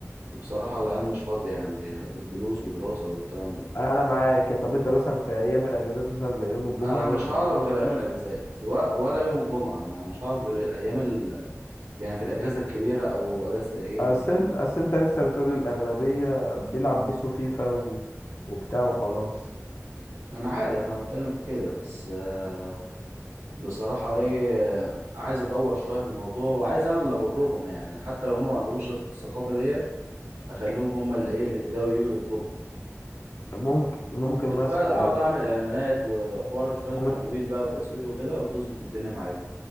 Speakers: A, on the right; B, on the left.
A: وبصراحة العيال مش فاضية يعني الدروس ودراسة والكلام ده
B: انا معاك طب انت مثلا في ايام الاجازات مثلا زي يوم الجمعه
A: انا
B: يوم
A: مش
B: الخميس
A: هعرف غير ايام الاجازات و- ولا يوم الجمعة انا مش هعرف غير ايام ال... يعني في الأجازة الكبيرة أو أجازة العيد
B: اصل
A: وكده
B: انت اصل انت لسه بتقول الاغلبيه بيلعب بيسو فيفا و... وبتاع وخلاص
A: أنا عارف أنا بتكلم في كده بس آه، بصراحة إيه آه، عايز أدور شوية في الموضوع وعايز أنا اللي أجرهم يعني حتى لو هما ما عندهمش الثقافة ديت أخليهم هما اللي إيه اللي يبدأوا يجوا يطلبوا
B: ممكن ممكن
A: ممكن
B: مثلا
A: بقى أقعد أعمل إعلانات وحوار شوية
B: ممكن
A: تمويل بقى وتسويق وكده وتظبط الدنيا معايا